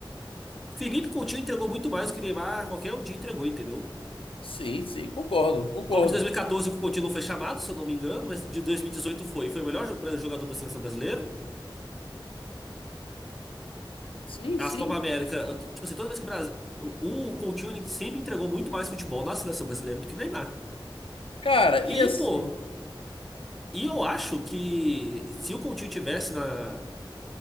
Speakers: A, in the centre; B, on the left (about 85°).
A: Felipe Coutinho entregou muito mais do que Neymar qualquer um dia entregou, entendeu?
B: Sim, sim, concordo, concordo.
A: Copa de 2014 que o Coutinho não foi chamado, se eu não me engano, mas de 2018 foi. Foi o melhor jo- jogador da seleção brasileira.
B: Sim,
A: As
B: sim.
A: Copa América, tipo assim, toda vez que o Brasil. O o Coutinho ele sempre entregou muito mais futebol na seleção brasileira do que o Neymar.
B: Cara, e
A: E,
B: assim.
A: pô, e eu acho que se o Coutinho tivesse na,